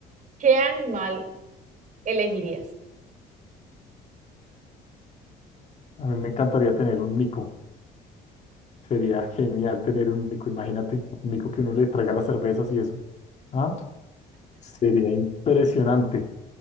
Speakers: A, on the right; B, on the left.
A: ¿qué animal elegirías?
B: A mí me encantaría tener un mico. Sería genial tener un mico, imagínate. Un mico que uno le traiga las cervezas y eso. ¿Ah? Sería impresionante.